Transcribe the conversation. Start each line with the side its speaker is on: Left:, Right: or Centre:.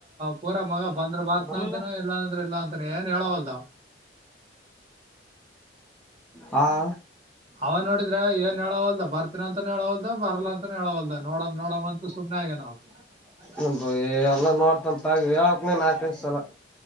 Right: ಪೂರಾ ಮಗ ಬಂದ್ರ ಬರ್ತನ
Centre: ಬರ್ಲಲ್ಲ
Right: ಅಂತನ ಇಲ್ಲಾಂದ್ರ ಇಲ್ಲ ಅಂತನ ಏನ್ ಹೇಳವಲ್ದಾವ್
Centre: ಹಾ
Right: ಅವ ನೋಡಿದ್ರೆ ಏನು ಹೇಳೋವಲ್ಲದ ಬರ್ತೀನ ಅಂತನ ಹೇಳವಲ್ದ ಬರ್ಲ ಅಂತನ ಹೇಳವಲ್ ನೋಡಮ ನೋಡ ಅಂತ ಸುಮ್ಮನೆಗನ ಹ
Centre: ನ ಎಲ್ಲ ನೋಡ್ತಂತಗ ಯಾವಕ್ ನೀನ್ ಆಕಸಲ